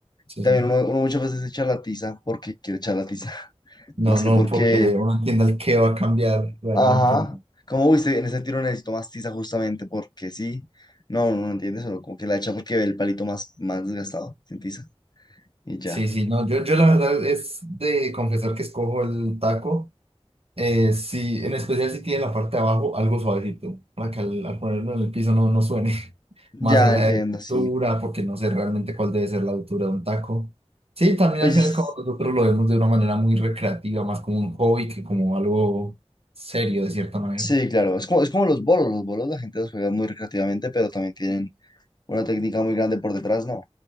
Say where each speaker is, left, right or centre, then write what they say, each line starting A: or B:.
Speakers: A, on the right; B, on the left.
A: sí,
B: También
A: sí.
B: uno, uno muchas veces echa la tiza porque quiere echar la tiza, <laughs>
A: No,
B: más
A: no,
B: que porque,
A: porque uno entienda el qué va a cambiar realmente.
B: ajá, como viste, en ese tiro necesito más tiza justamente porque sí. No, no, no entiendes, solo como que la echa porque ve el palito más, más desgastado, sin tiza. Y ya.
A: Sí, sí, no, yo, yo la verdad es de confesar que escojo el taco, eh, sí, en especial si tiene la parte de abajo algo suavecito, para que al, al ponerlo en el piso no, no suene, <laughs>
B: Ya
A: más allá
B: entiendo,
A: de la altura,
B: sí.
A: porque no sé realmente cuál debe ser la altura de un taco. Sí, también
B: Pues
A: al final como nosotros lo vemos de una manera muy recreativa, más como un hobby que como algo serio de cierta manera.
B: sí, claro, es como, es como los bolos, los bolos la gente los juega muy recreativamente, pero también tienen una técnica muy grande por detrás, ¿no?